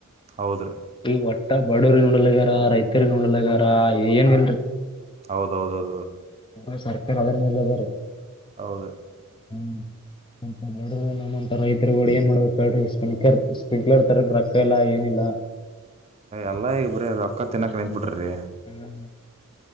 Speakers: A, on the right (about 30°); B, on the left (about 20°).
A: ಹೌದ್ರಿ
B: ಈ ಹೊ <unintelligible> ತಾ ಬಡವ್ರ ನೋಡಲ್ಗಾರ, ರೈತರಿ ನೋಡಲ್ಗಾರ ಏನ್ ಇಲ್ರಿ.,
A: ಹೌದೌದೌದು. -
B: ಹ ಸರ್. <inaudible> ಅವದರ ಮಲವರ <unintelligible>
A: ಹೌದ್ರಿ
B: ಹ್ಮ. <inaudible> ನ <inaudible> ರೈತರುಗಳು ಏನ್ ಮಾಡ್ಬೇಕ್ ಏಳ್ರಿ., ಹಕತ <unintelligible> ಸಿಂಪ್ಲಿರ್ ತರಕ್ಕ ರೊಕ್ಕ ಇಲ್ಲ ಏನಿಲ್ಲ.
A: ಎಲ್ಲಾ ಈಗ ಬರೀ ರೊಕ್ಕ ತಿನ್ನಾಕ್ಕೆ ನಿತ್ ಬಿಟ್ಟಿರೀ-.
B: ಹ್ಮ್. <inaudible>